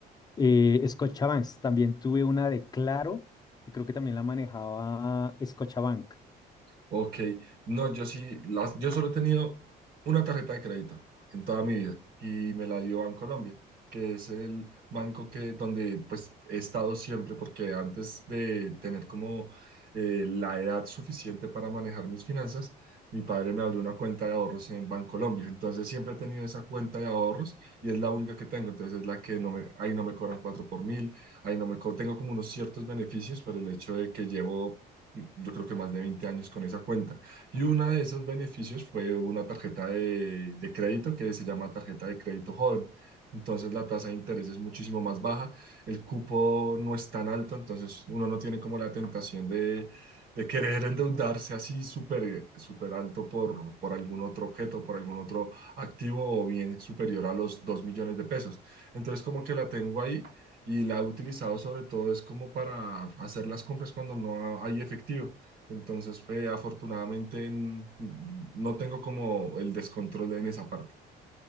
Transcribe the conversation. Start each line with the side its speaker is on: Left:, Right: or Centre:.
Left: eh, Scotiabank. También tuve una de Claro, que creo que también la manejaba Scotiabank.
Right: Ok, no, yo sí, las, yo solo he tenido una tarjeta de crédito en toda mi vida y me la dio Colombia, que es el banco que, donde pues he estado siempre porque antes de tener como eh, la edad suficiente para manejar mis finanzas, mi padre me abrió una cuenta de ahorros en Bancolombia, entonces siempre he tenido esa cuenta de ahorros y es la única que tengo, entonces es la que no me, ahí no me cobran 4 por mil, ahí no me co- tengo como unos ciertos beneficios por el hecho de que llevo yo creo que más de 20 años con esa cuenta. Y uno de esos beneficios fue una tarjeta de, de crédito que se llama tarjeta de crédito joven. Entonces la tasa de interés es muchísimo más baja, el cupo no es tan alto, entonces uno no tiene como la tentación de, de querer endeudarse así súper súper alto por, por algún otro objeto, por algún otro activo o bien superior a los 2 millones de pesos. Entonces como que la tengo ahí y la he utilizado sobre todo es como para hacer las compras cuando no hay efectivo. Entonces, fue afortunadamente n- no tengo como el descontrol en esa parte.